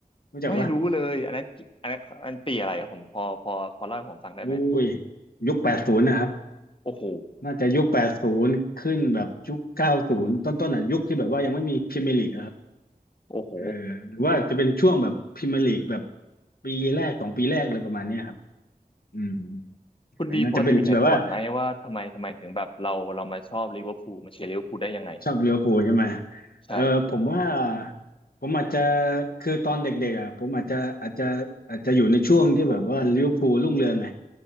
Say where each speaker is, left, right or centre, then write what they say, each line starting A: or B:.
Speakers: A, on the left; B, on the left.
A: รู้จักว่า
B: ไม่รู้เลยอันนั้นกี่อันนั้นอันปีอะไรครับผมพอพอพอเล่าให้ผมฟังได้ไหม
A: โอ้ยยุคแปดศูนย์นะครับ
B: โอ้โห
A: น่าจะยุคแปดศูนย์ขึ้นแบบยุคเก้าศูนย์ต้นๆอ่ะยุคที่แบบว่ายังไม่มีพรีเมียร์ลีก
B: โอ้โห
A: เออหรือว่าจะเป็นช่วงแบบพรีเมียร์ลีกแบบปีแรกสองปีแรกอะไรประมาณเนี้ยครับอืม
B: คุณดีพอจะมีเหตุผลไหมว่าทำไมทำไมถึงแบบเราเรามาชอบลิเวอร์พูลมาเชียร์ลิเวอร์พูลได้ยังไงอะ
A: อน่าจะเป็นแบบว่าชอบลิเวอร์พูลใช่ไหม
B: ใช่
A: เออผมว่าผมอาจจะคือตอนเด็กๆอ่ะผมอาจจะอาจจะอาจจะอยู่ในช่วงที่แบบว่าลิเวอร์พูลรุ่งเรืองไง